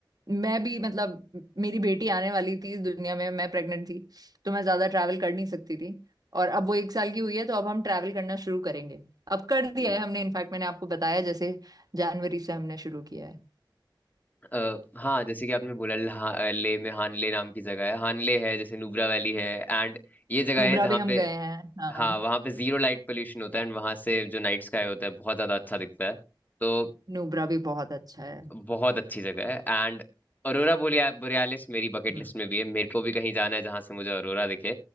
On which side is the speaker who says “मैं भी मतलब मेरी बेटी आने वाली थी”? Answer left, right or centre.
Right